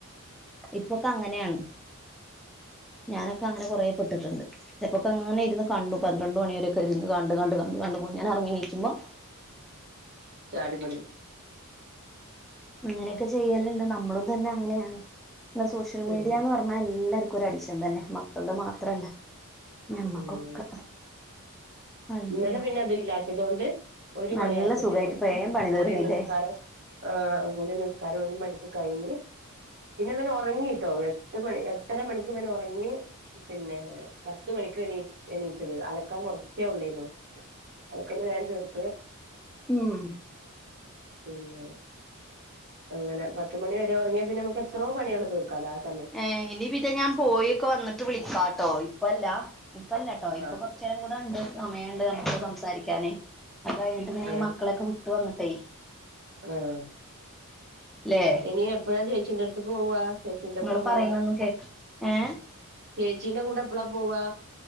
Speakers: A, in the centre; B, on the right.
A: ഇപ്പൊക്കെ അങ്ങനെ ആണ് ഞാനൊക്കെ അങ്ങനെ കൊറേ പെട്ട്ട്ടുണ്ട്. ചെൽപ്പൊങ്ങനെ ഇരുന്ന് കണ്ടു പന്ത്രണ്ട് മണിവരൊക്കെ ഇര്ന്ന് കണ്ട് കണ്ട് കണ്ട് കണ്ട് കുഞന് അറങ്ങി നിച്ചു മ്പം
B: ചാടി പടി
A: അങ്ങനെ ഒക്കെ ചെയ്യല്ണ്ട്. നമ്മളും തന്നെ അങ്ങനെയാണ്. ന്ന സോഷ്യൽ മീഡിയന്ന്
B: ഉം
A: പറ ഇന്നെല്ലാർക്കും ഒരഡിഷൻ തന്നെ മക്കളുടെ മാത്രല്ല ഞമ്മക്കൊക്കെ
B: ഉം
A: അയ്യോ
B: ഇന്നലെ പിന്നെ ഇതില്ലാത്തതോണ്ട് ഒരു
A: നല്ല
B: മണി ആയപ്പത്തീനും
A: സുഖായിട്ട് വേം പണി
B: കുളീം
A: തീർന്നില്ലേ
B: നിസ്കാരം ആഹ് കൂളി നിസ്കാരോം ഒരു മണിക്ക് കഴിഞ്ഞ്. പിന്നെ ഇവനൊറങ്ങിട്ടോ എട്ട് മണി എട്ടര മണിക്കിവനൊറങ്ങി പിന്നെ പ പത്ത് മണിക്ക് എണീ എണീച്ചത് അലക്കാൻ കൊറച്ചേ ഒള്ളേന്നു. അലക്കല് വേം തീർത്ത്
A: ഉം
B: പിന്നെ അങ്ങനെ പത്തുമണി വരെ ഒറ്ങ്ങിയ പിന്നെ നമ്മക്ക്ത്രോ പണികൾ തീർക്കാലാസ്.
A: ഏഹ് ഇനി പിന്നെ ഞാൻ പോയൊക്കെ വന്നിട്ട് വിളിക്കാട്ടോ? ഇപ്പല്ല ഇപ്പല്ലട്ടോ
B: ആഹ്
A: ഇപ്പൊ കൊറ്ച്ചേരം കൂടാ ഇണ്ട് സമയണ്ട് അമ്മക്ക് സംസാരിക്കാന്. അത് കഴിഞ്ഞിട്ട് പിന്നെ
B: ആഹ്
A: മക്കളെക്കെ വിട്ട് വന്നിട്ടെയ്.
B: ആഹ്
A: ല്ലേ
B: ഇനി എപ്പഴാ ചേച്ചിന്ററത്ത്ക്ക് പോവാ ചേച്ചിന്റപ്പം
A: നിങ്ങള്
B: പോവാ?
A: പറയണൊന്നും കേക്ക ഏഹ്
B: ചേച്ചീന്റെ കൂടെ എപ്പളാ പോവാ